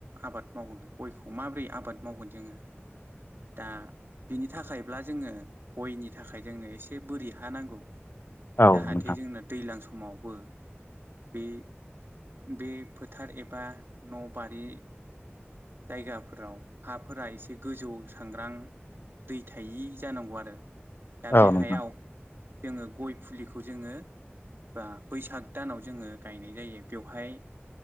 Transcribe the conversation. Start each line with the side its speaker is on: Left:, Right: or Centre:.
Right: आबाद मावनो गय खौ माबोरै आबाद मावगोन जोङो
Left: <unintelligible> <inaudible>
Right: दा बिनि थाखायब्ला जोङो गयनि थाखाय जोंनो एसे बोरि हा नांगौ।
Left: औ
Right: जाहाथे
Left: नोंथां
Right: जोंना दैज्लां समावबो बे बे फोथार एबा न' बारि जायगाफोराव हाफोरा एसे गोजौ सांग्रां दै थायि जानांगौ आरो दा
Left: औ
Right: बे
Left: नोंथां
Right: हायाव जोङो गय फुलिखौ जोङो बा बैसाग दानाव जोङो गायनाय जायो बेवहाय